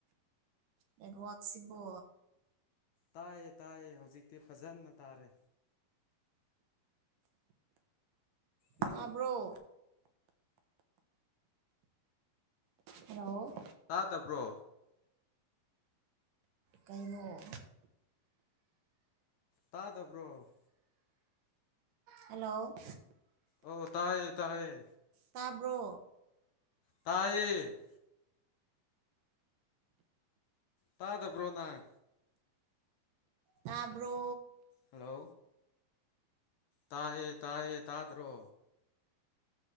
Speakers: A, on the right (about 65°); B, on the left (about 65°).
A: ꯅꯦꯠꯋꯥꯛꯁꯤꯕꯣ
B: ꯇꯥꯏꯌꯦ ꯇꯥꯏꯌꯦ ꯍꯧꯖꯤꯛꯇꯤ ꯐꯖꯟꯅ ꯇꯥꯔꯦ ꯅꯪ
A: ꯇꯥꯕ꯭ꯔꯣ ꯍꯜꯂꯣ
B: ꯇꯥꯗꯕ꯭ꯔꯣ
A: ꯀꯩꯅꯣ
B: ꯇꯥꯗꯕ꯭ꯔꯣ
A: ꯍꯜꯂꯣ
B: ꯑꯣ ꯇꯥꯏꯌꯦ ꯇꯥꯏꯌꯦ
A: ꯇꯥꯕ꯭ꯔꯣ
B: ꯇꯥꯏꯌꯦ ꯇꯥꯗꯕ꯭ꯔꯣ ꯅꯪ
A: ꯇꯥꯕ꯭ꯔꯣ
B: ꯍꯜꯂꯣ ꯇꯥꯏꯌꯦ ꯇꯥꯏꯌꯦ ꯇꯥꯗ꯭ꯔꯣ꯫